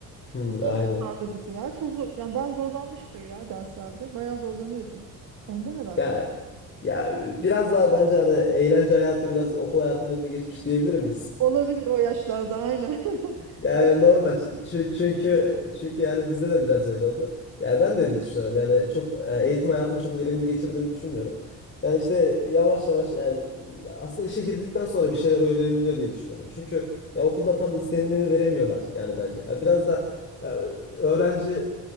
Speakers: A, on the left; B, on the right.
A: Hmm,
B: Zorluyorlardı
A: aynen.
B: bizi ya. Çok zor. Yani ben zorlanmıştır ya derslerde. Bayağı zorlanıyordum. Ondan herhalde.
A: Ya ya biraz daha bence hani eğlence hayatı biraz okul hayatının önüne geçmiş diyebilir miyiz?
B: Olabilir o yaşlarda aynen. <laughs>
A: Yani
B: O
A: normal Ç- çü- çünkü çünkü yani bizde de biraz öyle oldu. Ya ben de öyle düşünüyorum. Yani çok e, eğitim hayatımı çok verimli geçirdiğimi düşünmüyorum. Yani işte yavaş yavaş yani aslında işe girdikten sonra bir şeyler öğreniliyor diye düşünüyorum. Çünkü ya okulda tam istenileni veremiyorlar yani bence. Ya biraz da ya öğrenci